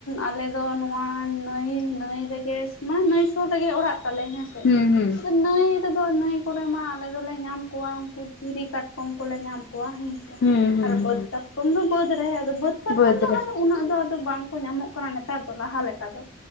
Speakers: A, on the left (about 75°); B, on the left (about 50°).
A: ᱟᱞᱮ ᱫᱚ ᱱᱚᱣᱟ ᱱᱟᱹᱭ ᱱᱟᱹᱭ ᱨᱮᱜᱮ ᱢᱟᱱᱮ ᱱᱟᱹᱭ ᱥᱩᱨ ᱨᱮᱜᱮ ᱚᱲᱟᱜ ᱛᱟᱞᱮ ᱦᱮᱸ
B: ᱦᱮᱸ ᱦᱮᱸ
A: ᱱᱟᱹᱭ ᱨᱮᱫᱚ ᱱᱟᱹᱭ ᱠᱚᱨᱮ ᱢᱟ ᱟᱞᱮ ᱫᱚᱞᱮ ᱧᱟᱢ ᱠᱚᱣᱟ ᱩᱱᱠᱩ ᱫᱷᱤᱨᱤ ᱠᱟᱴᱠᱚᱢ ᱠᱚᱞᱮ ᱧᱟᱢ ᱠᱚᱣᱟ ᱦᱮᱸ
B: ᱦᱩᱸ ᱦᱩᱸ
A: ᱟᱨ ᱵᱟᱹᱫᱽ ᱠᱟᱴᱠᱚᱢ ᱫᱚ ᱵᱟᱹᱫᱽ ᱨᱮ ᱟᱫᱚ ᱵᱟᱹᱫᱽ ᱠᱟᱴᱠᱚᱢ
B: ᱵᱟᱹᱫᱽᱨᱮ
A: ᱫᱚ ᱟᱫᱚ ᱩᱱᱟᱹᱜ ᱫᱚ ᱟᱫᱚ ᱵᱟᱝᱠᱚ ᱧᱟᱢᱚᱜ ᱠᱟᱱᱟ ᱱᱮᱛᱟᱨ ᱫᱚ ᱞᱟᱦᱟ ᱞᱮᱠᱟ ᱫᱚ